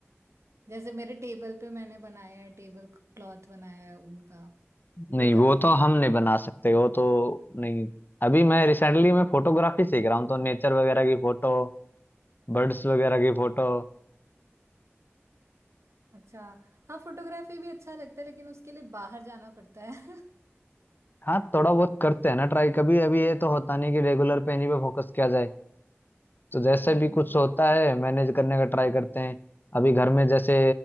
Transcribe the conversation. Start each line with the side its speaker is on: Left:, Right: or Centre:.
Right: जैसे मेरे टेबल पे मैंने बनाया है टेबल क्लॉथ बनाया है ऊन का वो
Left: नहीं वो
Right: कर लेती
Left: तो
Right: हूँ
Left: हम नहीं बना सकते वो तो नहीं अभी मैं रिसेंटली मैं फोटोग्राफी सीख रहा हूँ तो नेचर वगैरह की फोटो बर्ड्स वगैरह की फोटो
Right: अच्छा हाँ फोटोग्राफी भी अच्छा लगता है लेकिन उसके लिए बाहर जाना पड़ता है
Left: हाँ
Right: <laughs>
Left: थोड़ा बहुत करते हैं ना ट्राई कभी अभी ये तो होता नहीं कि रेगुलर पे इन्हीं पे फोकस किया जाए तो जैसे
Right: हम्म
Left: भी कुछ होता है मैनेज करने का ट्राई करते हैं अभी घर में जैसे